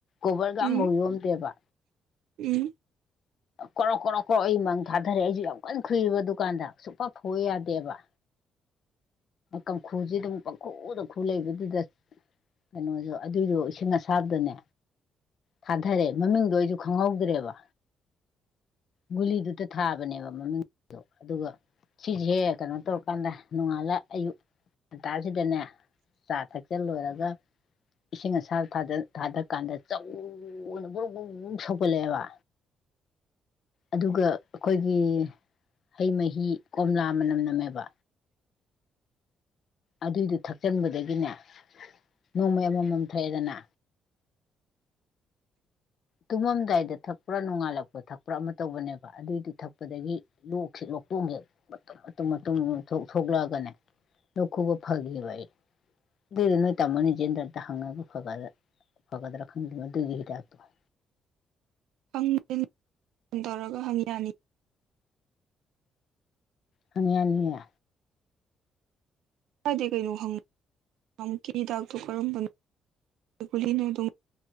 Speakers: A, on the left (about 55°); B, on the right (about 85°).
A: ꯣꯕꯔꯒ
B: ꯎꯝ
A: ꯑꯐꯥꯎ ꯌꯣꯝꯗꯦꯕ
B: ꯎꯝ
A: ꯀꯣ ꯀꯣ ꯍꯣ ꯑꯩ ꯃꯥꯡ ꯊꯥꯗꯔꯦ ꯑꯩꯁꯨ ꯌꯥꯝ ꯀꯣꯏꯅ ꯈꯨꯨꯏꯔꯕ ꯗꯨꯥꯟꯗ ꯁ ꯄ ꯄꯞ ꯍ ꯌꯥꯗꯦꯕ ꯀꯥꯡꯈꯨꯁꯦ ꯑꯗꯨꯝ ꯄꯈꯨ ꯇꯪꯈꯨ ꯂꯩꯕꯗꯨꯗ ꯀꯩꯅꯣꯁꯨ ꯑꯗꯨꯏꯗꯣ ꯏꯁꯤꯡ ꯑꯁꯥꯗꯅꯦ ꯊꯥꯗꯔꯦ ꯃꯃꯤꯡꯗꯣ ꯑꯩꯁꯨ ꯈꯪꯍꯧꯗ꯭ꯔꯦꯕ ꯒꯨꯂꯤꯗꯨꯗ ꯊꯥꯕꯅꯦꯕ ꯃꯃꯤꯡꯗꯣ ꯑꯗꯨꯒ ꯁꯤꯁꯦ ꯍꯦ ꯀꯩꯅꯣ ꯇꯧꯔꯀꯥꯟꯗ ꯅꯣꯡꯉꯥꯜꯂ ꯑꯌꯨꯛ ꯉꯟꯇꯥꯁꯤꯗꯅꯦ ꯆꯥ ꯊꯛ ꯆ ꯂ ꯑꯣꯏꯔꯖ ꯏꯁꯤꯡ ꯑꯁꯥꯗ ꯊꯥꯗ ꯀꯥꯟꯗ ꯆꯧꯅ ꯣꯔꯣꯛ ꯁꯧꯒꯜ ꯂꯩꯦꯕ ꯑꯗꯨꯒ ꯑꯩꯈꯣꯏꯒꯤ ꯍꯩ ꯃꯍꯤ ꯀꯣꯝꯂꯥ ꯃꯅꯝ ꯅꯝꯃꯦꯕ ꯑꯗꯨꯏꯗꯨ ꯊꯛꯆꯟꯕꯗꯒꯤꯅꯦ ꯅꯣꯡꯃꯩ ꯑꯃꯃꯝ ꯊꯣꯛꯑꯦꯗꯅ ꯇꯨꯝꯃꯝꯗꯥꯏꯗ ꯊꯛꯄ꯭ꯔꯥ ꯅꯣꯡꯉꯥꯜꯂꯛꯄ ꯀ ꯊꯛꯄ ꯑꯃ ꯇꯧꯕꯅꯦꯕ ꯑꯗꯨꯏꯗꯨ ꯊꯛꯄꯗꯒꯤ ꯂꯣꯛꯁꯤ ꯂꯣꯛꯇꯣꯛꯁꯦꯛ ꯃꯇꯨꯝ ꯃꯇꯨꯝ ꯃꯇꯨꯝ ꯊꯣꯛ ꯊꯣꯛꯂꯛꯑꯒꯅꯦ ꯂꯧꯣꯛ ꯈꯨꯕ ꯐꯈꯤꯕ ꯑꯩ ꯑꯗꯨꯔ ꯅꯣꯏ ꯇꯥꯃꯣꯅꯤꯖꯦꯟꯗꯔꯗ ꯍꯪꯉꯕꯕꯨ ꯐꯒ꯭ꯔ ꯐꯒꯗ꯭ꯔꯥ ꯈꯪꯗꯒꯤ ꯍꯔꯣ
B: ꯍꯪꯅ ꯐꯣꯟ ꯇꯧꯔꯒ ꯍꯪ ꯌꯥꯅꯤ
A: ꯍꯅꯤꯌꯥꯅꯤ
B: ꯀꯥꯏꯗꯗꯤ ꯀꯩꯅꯣ ꯈꯪꯉꯨꯛꯀꯤ ꯍꯤꯗꯥꯛꯇꯣ ꯀꯔꯝꯕꯅꯣꯨꯅꯣ ꯑꯗꯨꯝ